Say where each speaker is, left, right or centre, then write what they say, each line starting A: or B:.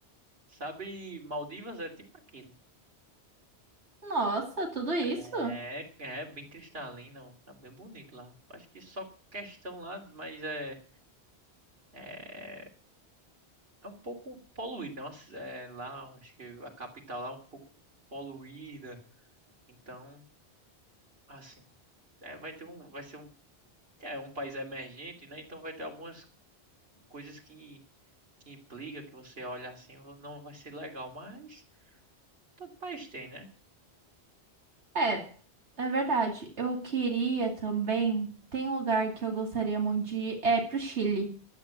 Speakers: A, on the right; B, on the right.
A: Sabe, Maldivas é tipo aquilo.
B: Nossa, tudo isso?
A: É, é bem cristalina, ó, tá bem bonito lá. Acho que só questão lá, mas é É, é um pouco poluída, nossa, é, lá, acho que a capital lá é um pouco poluída. Então, assim, é, vai ter um, vai ser um, é um país emergente, né? Então vai ter algumas coisas que que implica que você olha assim, vo- não vai ser legal, mas todo país tem, né?
B: É, é verdade. Eu queria também. Tem um lugar que eu gostaria muito de ir, é pro Chile.